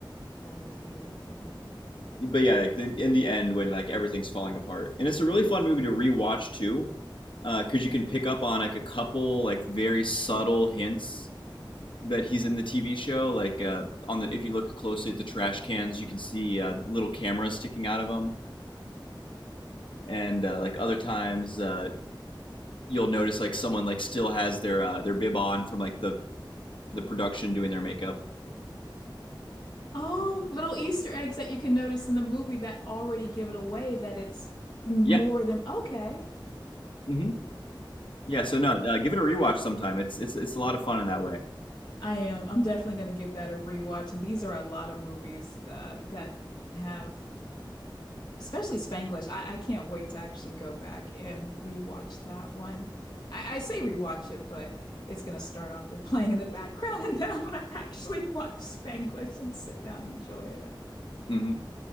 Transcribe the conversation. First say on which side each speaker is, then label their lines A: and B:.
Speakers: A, on the left; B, on the left.
A: That was beautiful.
B: But yeah, like the, in the end, when like everything's falling apart, and it's a really fun movie to rewatch too, because uh, you can pick up on like a couple like very subtle hints that he's in the TV show. Like uh, on the if you look closely at the trash cans, you can see uh, little cameras sticking out of them, and uh, like other times uh, you'll notice like someone like still has their uh, their bib on from like the the production doing their makeup.
A: Oh, little Easter eggs that you can notice in the movie that already give it away that it's more
B: Yeah.
A: than okay.
B: hmm Yeah, so no, uh, give it a rewatch sometime. It's it's it's a lot of fun in that way.
A: I am. I'm definitely going to give that a rewatch. And these are a lot of movies uh, that have, especially Spanglish. I, I can't wait to actually go back and rewatch that one. I, I say rewatch it, but it's going to start off with <laughs> playing in the background, and then I'm going to actually <laughs> watch Spanglish and sit down and enjoy it.
B: hmm